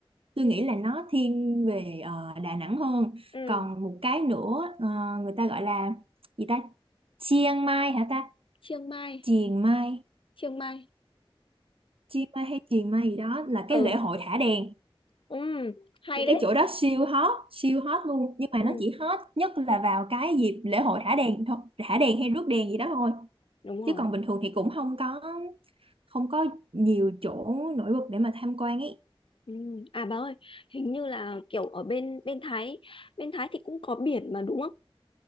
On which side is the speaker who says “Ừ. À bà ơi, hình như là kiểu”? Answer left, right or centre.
Left